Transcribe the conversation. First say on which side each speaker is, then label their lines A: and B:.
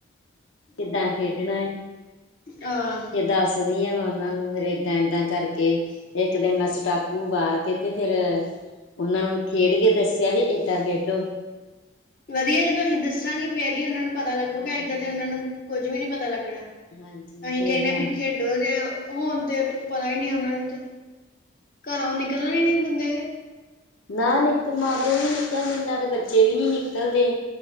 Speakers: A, on the left; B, on the left.
A: ਕਿੱਦਾਂ ਖੇਡਣਾ ਕਿਦਾਂ
B: ਹਾਂ।
A: ਦੱਸਦੀ ਹਾਂ ਮੈਂ ਉਹਨਾਂ ਨੂੰ ਫਿਰ ਇੱਦਾਂ ਇੱਦਾਂ ਕਰਕੇ ਇੱਕ ਦਿਨ ਮੈਂ ਸਟਾਪੂ ਆ ਕੇ ਤੇ ਫੇਿਰ ਉਹਨਾਂ ਨੂੰ ਖੇਡ ਕੇ ਦੱਸਿਆ ਵੀ ਏਦਾਂ ਖੇਡੋ
B: ਵਧੀਆ ਜੇੋਂ ਤੁਸੀਂ ਦੱਸਾਂਗੇ ਫੇਰ ਹੀ ਉਹਨਾਂ ਨੂੰ ਪਤਾ ਲੱਗੂਗਾ
A: ਹਾਂ
B: ਇੱਦਾਂ ਤੇ ਉਹ ਨੂੰ ਕੁੱਝ ਵੀ ਨੀ ਪਤਾ ਲੱਗਣਾ।
A: ਹਾਂਜੀ
B: ਅਸੀਂ
A: ਫੇਰ
B: ਕਹਿੰਦੇ
A: ਮੈਂ
B: ਵੀ ਖੇਡ ਜ ਹੋਣ ਤੇ ਪਤਾ ਹੀ ਨਹੀ ਉਹਨਾਂ ਨੂੰ ਤੇ ਘਰੋ ਨਿਕਲਣਾ ਨਹੀ ਦਿਦੇ
A: ਨਾ <unintelligible> ਵੀ ਨਹੀਂ ਨਿਕਲਦੇ ਨਾ ਤਾਂ ਬੱਚੇ ਵੀ ਨਹੀਂ ਨਿਕਲਦੇ